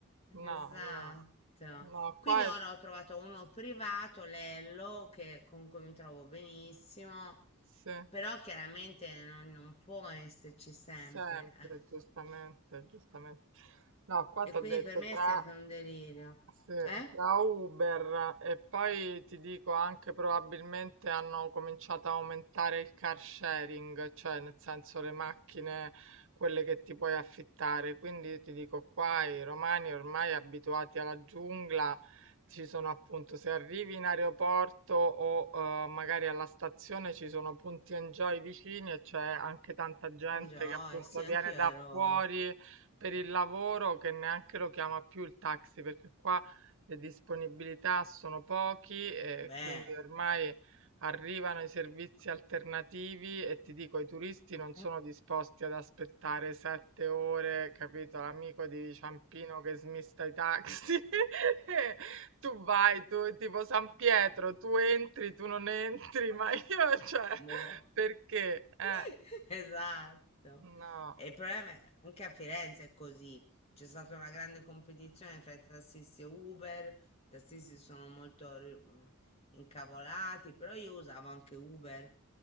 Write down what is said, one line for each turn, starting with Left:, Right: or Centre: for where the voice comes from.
Right: No,
Left: esatto.
Right: no, no,
Left: Quindi
Right: qua
Left: ora
Right: è...
Left: ho trovato uno privato, Lello, che, con cui mi trovo benissimo,
Right: Sì,
Left: però chiaramente non, non può esserci sempre.
Right: sempre,
Left: eh.
Right: giustamente, giustamente. No, qua ti
Left: E quindi
Right: ho detto
Left: per me
Right: tra...
Left: è sempre un delirio.
Right: Sì,
Left: Eh?
Right: tra Uber e poi ti dico anche probabilmente hanno cominciato a aumentare il car sharing, cioè nel senso le macchine, quelle che ti puoi affittare. Quindi ti dico qua i romani ormai abituati alla giungla, ci sono appunto se arrivi in aeroporto o eh, magari alla stazione ci sono punti enjoy vicini e c'è anche tanta gente
Left: Un joy,
Right: che appunto
Left: sì, anch'io
Right: viene da
Left: ero...
Right: fuori per il lavoro che neanche lo chiama più il taxi perché qua le disponibilità sono pochi e
Left: Beh.
Right: quindi ormai arrivano i servizi alternativi e ti dico, i turisti non sono
Left: <laughs>
Right: disposti ad aspettare sette ore, capito? L'amico di Ciampino che smista i taxi. <laughs> E Tu vai, tu tipo San Pietro,
Left: eh.
Right: tu entri, tu non entri, ma io, cioè,
Left: Boh.
Right: perché? Eh,
Left: <laughs> Esatto.
Right: no.
Left: E il problema è anche a Firenze è così. C'è stata una grande competizione fra i tassisti e Uber. I tassisti sono molto ri- mh, incavolati, però io usavo anche Uber